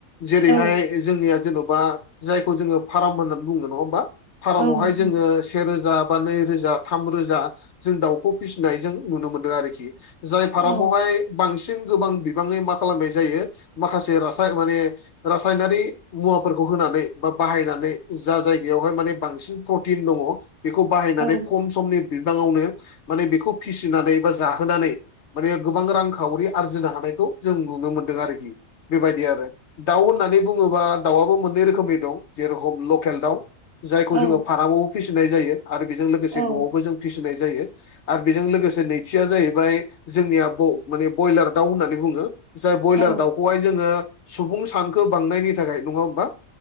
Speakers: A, on the left; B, on the right.
A: जेरैहाय
B: औ
A: जोंनिया जेन'बा जायखौ जोङो फार्म होननानै बुङो नङा होमबा? फार्मवहाय
B: औ नोंथां
A: जोङो सेेरोजा बा नै रोजा थाम रोजा जों दाउखौ फिसिनाय जों नुनो मोनदों आरोखि। जाय
B: औ
A: फार्मावहाय बांसिन गोबां बिबाङै मा खालामनाय जायो माखासे रासाय माने रासायनारि मुवाफोरखौ होनानै बा बाहायनानै जा जायगायावहाय माने बांसिन प्रटिन दङ बेखौ बाहायनानै
B: औ
A: खम समनि बिबाङावनो माने बेखौ फिसिनानै जाहोनानै माने गोबां रांखावरि आरजिनो हानायखौ जों नुनो मोनदों आरोखि। बेबायदि आरो। दाव होननानै बुङोबा दावआबो मोननै रोखोमनि दं जेरेखम लकेल दाउ जायखौ
B: औ
A: जोङो फार्मावबो फिसिनाय जायो आरो बेजों लोगोसे
B: औ
A: न'आवबो जों फिसिनाय जायो। आरो बेजों लोगोसे नैथिया जाहैबाय जोंनिया माने बयलार दाव होननानै बुङो। जाय ब्रयलार
B: औ
A: दावखौहाय जोङो सुबुं सानखो बांनायनि थाखाय नङा होमबा?